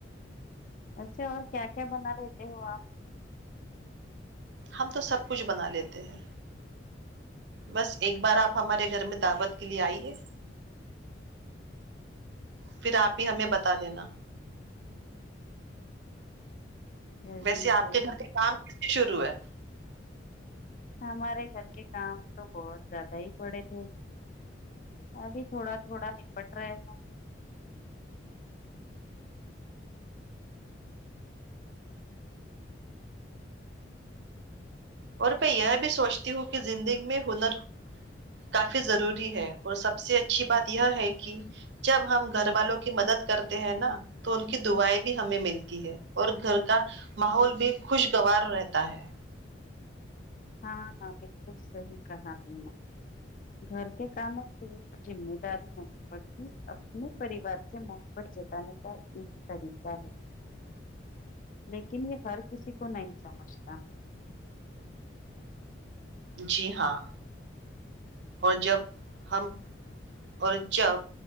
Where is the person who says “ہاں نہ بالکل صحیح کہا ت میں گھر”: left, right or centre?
Left